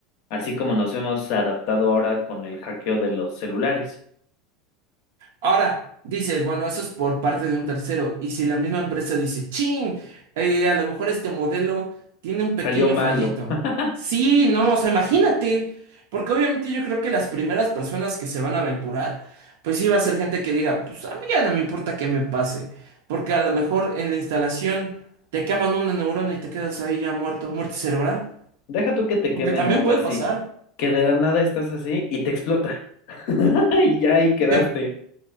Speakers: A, on the left; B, on the right.
A: así como nos hemos adaptado ahora con el hackeo de los celulares.
B: Ahora, dices, bueno, eso es por parte de un tercero. Y si la misma empresa dice, ching, eh, a lo mejor este modelo tiene un pequeño
A: Salió malo.
B: fallito.
A: <laughs>
B: Sí, no, o sea, imagínate. Porque obviamente yo creo que las primeras personas que se van a aventurar, pues sí va a ser gente que diga, pues a mí ya no me importa qué me pase. Porque a lo mejor en la instalación te queman una neurona y te quedas ahí ya muerto, muerte cerebral.
A: Deja tú que te
B: Porque
A: quemen
B: también
A: algo
B: puede
A: así,
B: pasar.
A: que de la nada estás así y te explota. <laughs> Y ya ahí quedaste.
B: Te-